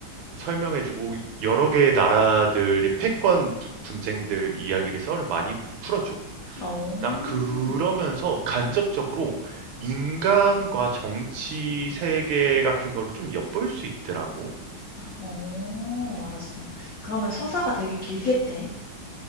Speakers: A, on the right; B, on the left.
A: 설명해주고 여러 개의 나라들이 패권 부- 분쟁들 이야기를 썰을 많이 풀어줘.
B: 어.
A: 난 그러면서 간접적으로 인간과 정치 세계 같은 거를 좀 엿볼 수 있더라고.
B: 어
A: 음.
B: 알았어. 그러면 서사가 되게 길겠네.